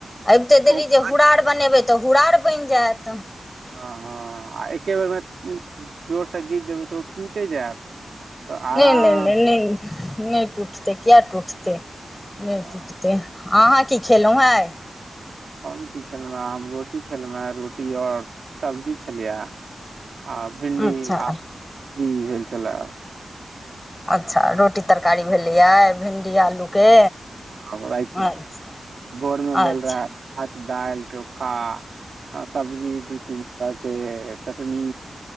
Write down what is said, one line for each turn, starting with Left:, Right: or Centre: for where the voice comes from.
Left: आबिते देरी
Right: ओ काँच
Left: जे हूरार बनेबै तऽ हूरार बनि जायत
Right: हँ हँ आ एके बेरमे जोरसँ घीच देबै तऽ ओ टूइटे जायत तऽ आराम
Left: नहि नहि नहि नहि नहि टुटतै किया टुटते
Right: हँ
Left: नहि टुटतै अहाँ की खेलउ हं आइ
Right: हम की खेलहुं हें हम रोटी खेलहुं रोटी और सब्जी छलियै आ भिण्डी
Left: अच्छा
Right: आ ई भेल छलए ह
Left: अच्छा रोटी तरकारी भेलियै भिंडी आलूके
Right: आब रात
Left: अच्छा
Right: मे भोर मे
Left: अच्छा
Right: भेल रहा भात दालि चोख आ सब्जी दू तीन तरहके चटनी